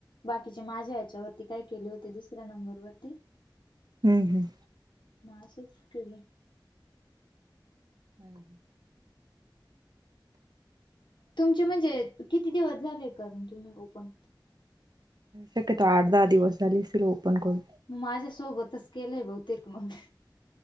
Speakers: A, on the left; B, on the right.
A: बाकीचे माझ्या ह्याच्या वरती काय केले होते दुसऱ्या नंबर वरती
B: हम्म.
A: म अशेच केले.
B: हम हम
A: तुमची म्हणजे किती दिवस झाले करून तुम्ही ओपन.
B: शक्य तो आठ दहा दिवस झाली असतील ओपन करून.
A: मग माझ्यासोबत केलंय बहुतेक मग